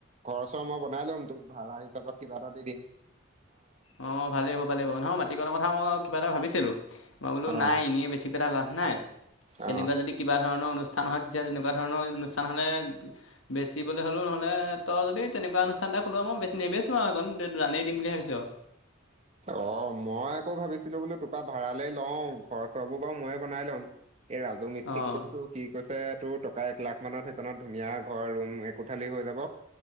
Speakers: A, on the right; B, on the left.
A: ঘৰচৰ মই বনাই লম তো ভাড়া হিচাপত কিবা এটা দি দিম,।
B: অ, ভালেই হ'ব ভালে হ'ব নহয় মাটিকণৰ কথা মই কিবা এটা ভাবিছিলো মই বোলো
A: অ',
B: নাই এনেিয়ে বেছি। বেচি পেৰা লাভ নাই। তেনেকুৱা
A: অ',
B: যদি কিবা ধৰণৰ অনুষ্ঠান হয় তেতিয়া তেনেকুৱা ধৰণৰ অনুষ্ঠান হ'লে বেচিবলৈ হ'লেও নহ! ত যদি! তেনেকুৱা অনুষ্ঠান এটা খোলোা মই বেছি নিেবিেচো আৰুণ জানেই দিম বুলি ভাবিছো আৰু
A: অ', মই আকৌ ভাবিছিলো বোলো তোপা ভাড়ালৈ লওঁ ঘৰ চবোৰ বাৰু ময়ে বনাই লম। এই ৰাজু মিস্ত্ৰীিক
B: অঁ
A: কৈছো কি কৈছে,। তোৰ টকা এক লাখ মানত সেইখনত ধুনীয়া ঘৰ ৰুম একোঠালি হৈ যাব,।